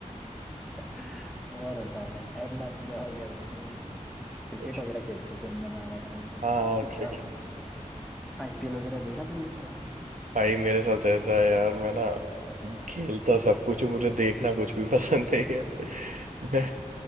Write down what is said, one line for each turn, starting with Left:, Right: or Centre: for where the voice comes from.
Centre: <laughs> और बताओ यार टाइम पास के लिए और क्या करते हो तुम क्रिकेट
Right: अच्छा।
Centre: वगैरह खेलते हो सुनने में आ रहा था मेरे को
Right: हाँ
Centre: तो
Right: क्रिकेट
Centre: क्या आईपीएल वगैरह देखा फिर इस बार
Right: भाई मेरे साथ ऐसा है यार मैं ना खेलता सब कुछ हूँ, मुझे देखना कुछ भी <laughs> पसंद नहीं है मैं